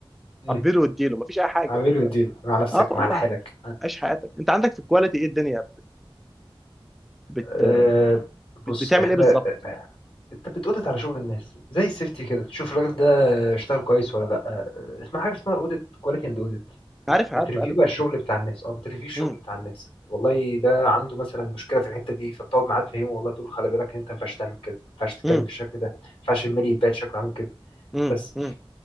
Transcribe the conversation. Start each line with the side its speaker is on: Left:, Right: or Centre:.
Left: مم.
Centre: عبيله واديله مفيش اي حاجه
Left: عامله
Centre: انت
Left: دي مع نفسك
Centre: اه والله
Left: مع لحالك
Centre: عيش حياتك انت عندك في الكواليتي ايه الدنيا بت...
Left: أه
Centre: بت...
Left: بص
Centre: بتعمل
Left: احنا
Centre: ايه بالظبط
Left: انت بتقودت على شغل الناس زي السيفتي كده تشوف الراجل ده اشتغل كويس ولا لا أه، اسمها حاجه اسمها اوديت كواليتي اند اوديت
Centre: عارف
Left: بتريفيو
Centre: عارف عارف
Left: بقى الشغل بتاع الناس اه بتريفيو الشغل
Centre: امم
Left: بتاع الناس والله ده عنده مثلا مشكله في الحته دي فبتقعد معاه تفهمه والله تقول له خلي بالك انت ما ينفعش تعمل كده ما ينفعش تتكلم
Centre: امم
Left: بالشكل ده ما ينفعش الميل يتباعد شكله عامل كده
Centre: امم
Left: بس
Centre: امم